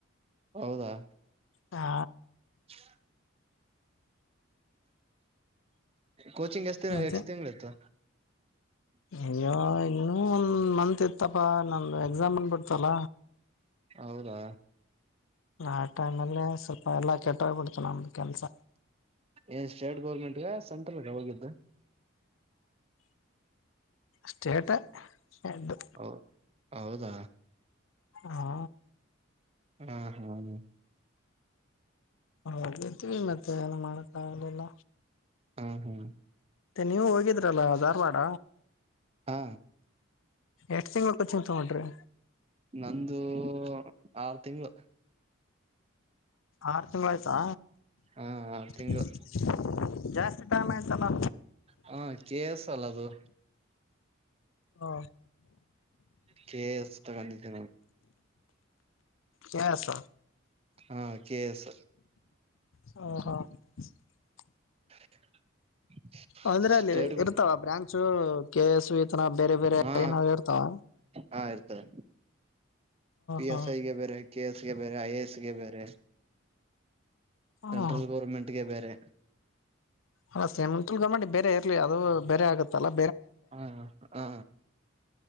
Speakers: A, on the right; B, on the left.
A: ಹೌದಾ
B: ಹಾ
A: ಹ ಕೋಚಿಂಗ್ ಎಷ್ಟ ದಿನ
B: ಮತ್ತೆ
A: ಎಷ್ಟ ತಿಂಗಳ ಇತ್ತು
B: ಅಯ್ಯೋ ಇನ್ನುೂ ಒಂದ್ ಮಂತ್ ಇತ್ತಪ್ಪ ನಂದು ಎಕ್ಸಾಮ್ ಬಂದಬಿಡ್ತಲ್ಲ.
A: ಹೌದಾ
B: ಆ ಟೈಮ್ಲ್ಲೇ ಸ್ವಲ್ಪ ಎಲ್ಲಾ ಕೆಟ್ಟೋಗ್ಬಿಡ್ತನ ನಮ್ದು ಕೆಲ್ಸ
A: ಏ ಸ್ಟೇಟ್ ಗೌರ್ಮೆಂಟ್ಗ ಸೆಂಟ್ರಲ್ಗ ಹೋಗಿದ್ದು
B: ಸ್ಟೇಟ್ ಎಡ್ಡು
A: ಹೌದ ಹೌದಾ
B: ಹಾ
A: ಹ್ಮ್ ಹ್ಮ್
B: ಹೋಗತಿವಿ ಮತ್ತೆ ಏನು ಮಾಡಕ್ಕ ಆಗಲಿಲ್ಲ.
A: ಹಾ ಹಾ
B: ನೀವು ಹೋಗಿದ್ರಲ್ಲ ಧಾರವಾಡ
A: ಹಾ
B: ಎಷ್ಟ್ ತಿಂಗಳ ಹೊಕ್ಕತಿ ಅಂತ ಮಾಡಿರಿ
A: ನಂದು ಆರು ತಿಂಗಳು
B: ಆರು ತಿಂಗಳ ಆಯ್ತಾ
A: ಹಾ ಆರು ತಿಂಗಳು
B: ಜಾಸ್ತಿ ಜಾಸ್ತಿ ಟೈಮ್ ಆಯ್ತ್ ಅಲಾ
A: ಹಾ ಜೆ ಎಸ್ ಅಲ್ಲ ಅದು
B: ಹ
A: ಕೆ ಎಸ್ ತಗೋಂದಿದ
B: ಎಸ್
A: ಹಾ ಕೆ ಎಸ್
B: ಹ <inaudible>
A: <inaudible>
B: ಅಂದ್ರೆ
A: ಸ್ಟೇಟ್
B: ಅಲ್ಲಿ ಇರ್ತಾಳ ಬ್ರಾಂಚು ಕೆ ಎಸ್ ಇ ನ ಬೇರೆ ಬೇರೆ
A: ಹಾ
B: ಏನ್ ಹೇರತಾಳ
A: ಹಾ ಇರ್ತದೆ ಪಿ
B: ಹಾ
A: ಎಸ್ ಐಗೆ ಬೇರೆ ಕೆ ಎಸ್ಗೆ ಬೇ ಬೇರೆ ಐ ಎ ಎಸ್ ಗೆ ಬೇರೆ ಸೆಂಟ್ರಲ್
B: ಹ್ಮ
A: ಗೋರ್ಮೆಂಟ ಗೆ ಬೇರೆ
B: ಅಲ್ಲ ಸೆಮಂತುಲ್ಗ ಮಾಡಿ ಬೇರೆ ಇರ್ಲಿ ಅದು ಬೇರೆ ಆಗತ್ತಲ್ಲಾ
A: ಹಾ ಹಾ